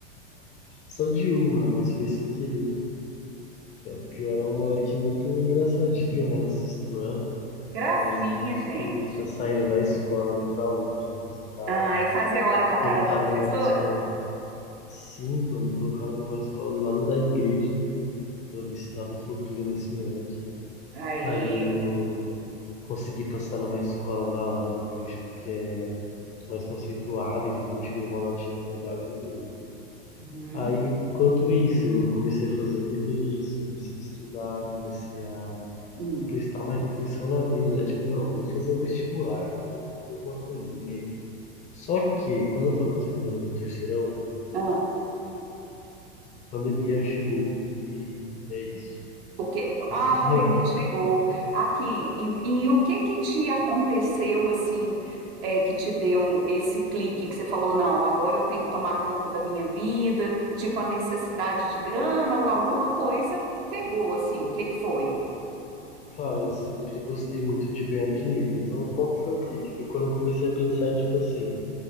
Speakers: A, on the left; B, on the right.
A: só de uma, mas foi sem querer. Porque eu era um moleque muito engraçadinho, né, no sexto ano.
B: Gracinha,
A: Aí eu tive
B: gente.
A: que estar saindo da escola e ir pra outra, mas é da
B: Ah,
A: hora,
B: e
A: né?
B: fazer a hora com
A: Me
B: a
A: colocaram
B: cara da professora?
A: numa escola, sim, então me colocaram numa escola do lado da igreja pra ver se dava um futuro nesse moleque.
B: Aí.
A: Aí eu consegui passar numa escola da hora depois, porque é mais conceituada, entendeu? Eu tirei uma notinha legal e entrei.
B: Uhum.
A: Aí, enquanto isso, eu comecei a fazer o inglês, comecei a estudar, comecei a
B: Hum.
A: prestar mais atenção na vida, né? Tipo, não, vou fazer um vestibular, vou fazer alguma coisinha aí. Só que quando eu tava terminando meu terceirão,
B: Ah,
A: a pandemia chegou e é isso.
B: Porque ah,
A: <laughs>
B: a pandemia chegou aqui. E, e o que que te aconteceu assim, é, que te deu esse clique que você falou, não, agora eu tenho que tomar conta da minha vida, tipo a necessidade de grana ou alguma coisa pegou assim. O que que foi?
A: Claro, eu sempre gostei muito de ganhar dinheiro. Então, qual que foi o clique? Foi quando eu comecei a pensar em, tipo assim,